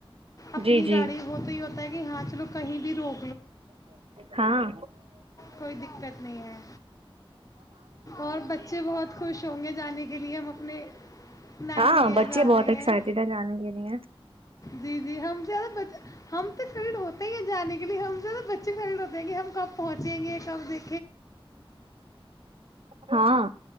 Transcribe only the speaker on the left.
اپنی
گاڑی ہو تو ہی ہو تا ہے کہ ہاں چلو کہیں بھی رو
کوئی دقت نہیں ہے اور بچے بہت خوش ہوں گے جانے کے لیے ہم اپنے نانو
کے یہاں
جا
رہے
ہیں
جی جی ہم سےد ہم خریڈ ہوتے ہی ہیں جے کے لیے ہم زدہ بچے خری ہوتے <inaudible> پہنچیں گے کب دے